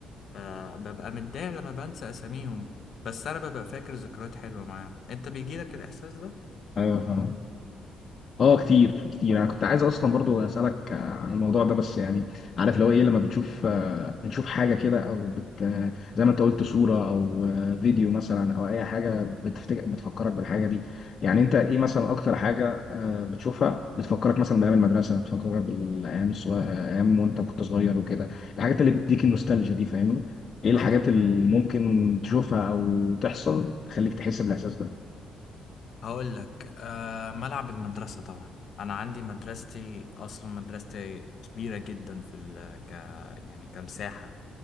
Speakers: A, on the left; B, on the left.
A: فببقى متضايق لما بنسى أساميهم بس أنا ببقى فاكر ذكريات حلوة معاهم أنت بيجيلك الإحساس ده؟
B: ايوه فاهم اه كتير كتير انا كنت عايز اصلا برضو اسالك آه، عن الموضوع ده بس يعني عارف اللي هو ايه لما بتشوف آه، بتشوف حاجه كده او بت آه، زي ما انت قلت صوره او آه، فيديو مثلا او اي حاجه بتفتكر بتفكرك بالحاجه دي يعني انت ايه مثلا اكتر حاجه آه، بتشوفها بتفكرك مثلا بايام المدرسه بتفكرك بالايام الصغير ايام وانت كنت صغير وكده الحاجات اللي بتديك النوستالجيا دي فاهمني ايه الحاجات
A: اه طبعا
B: اللي ممكن تشوفها او تحصل تخليك تحس بالاحساس ده
A: هقول لك آه ملعب المدرسة طبعا انا عندي مدرستي اصلا مدرستي كبيرة جدا في ال ك يعني كمساحة